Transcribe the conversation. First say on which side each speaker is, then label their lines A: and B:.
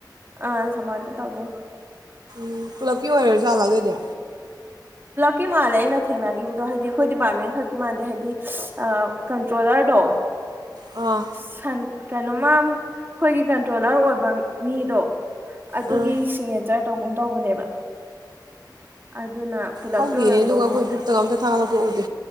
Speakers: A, on the right; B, on the right.
A: ꯑꯥ ꯁꯃꯔꯠ꯭ꯇ ꯇꯧꯗꯣꯢ
B: ꯎꯝ ꯄꯨꯂꯞꯀꯤ ꯑꯣꯏꯔꯖꯥꯠꯂꯗꯣꯏꯗꯤ
A: ꯀꯤ ꯃꯥꯜꯂꯦ ꯑꯩꯅ ꯊꯦꯡꯅꯈꯤꯕꯗꯣ ꯍꯥꯏꯗꯤ ꯑꯈꯣꯏ ꯗꯤꯄꯥꯔꯠꯃꯦꯟ ꯈꯛꯀꯤ ꯃꯥꯜꯗꯦ ꯍꯥꯏꯗꯤ ꯀꯟꯇ꯭ꯔꯣꯂꯔꯗꯣ
B: ꯑꯥ
A: ꯁꯟ ꯀꯩꯅꯣꯃ ꯑꯈꯣꯏꯒꯤ ꯀꯟꯇ꯭ꯔꯣꯂꯔ ꯑꯣꯏꯕ ꯃꯤꯗꯣ ꯑꯗꯨꯒꯤ
B: ꯎꯝ
A: ꯁꯤꯛꯅꯦꯆꯔ ꯇꯧꯒꯨꯝ ꯇꯧꯕꯅꯦꯕ ꯑꯗꯨꯅ ꯄꯨꯂꯞꯀꯤ
B: ꯈꯡꯗꯦꯅꯦ
A: ꯑꯣꯏꯔꯝꯗꯧ
B: ꯑꯗꯨꯒꯥ ꯑꯈꯣꯏ
A: ꯃꯥꯜꯂꯦ
B: ꯒꯔꯨꯞꯇꯒꯥ ꯑꯃꯇ ꯊꯒꯠꯂꯛ ꯄꯥ ꯎꯗꯦ